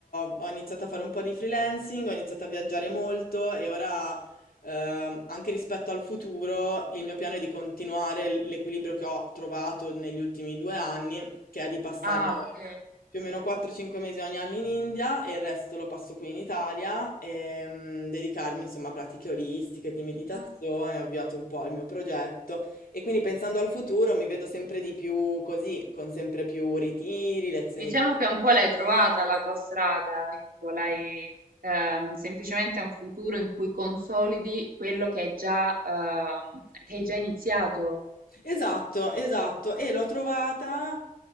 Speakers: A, on the left (about 85°); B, on the right (about 85°).
A: ho iniziato a fare un po' di freelancing, ho iniziato a viaggiare molto e ora ehm, anche rispetto al futuro il mio piano è di continuare l- l'equilibrio che ho trovato negli ultimi due anni, che è di passare
B: Ah, ok.
A: più o meno 4-5 mesi ogni anno in India e il resto lo passo qui in Italia e mm, dedicarmi insomma a pratiche olistiche, di meditazione,
B: Fantastico.
A: ho avviato un po' il mio progetto e quindi pensando al futuro mi vedo sempre di più così, con sempre più ritiri, lezioni
B: Diciamo
A: di...
B: che un po' l'hai trovata la tua strada, ecco, l'hai ehm, semplicemente è un futuro in cui consolidi quello che hai già, ehm, che hai già iniziato.
A: Esatto, esatto. E l'ho trovata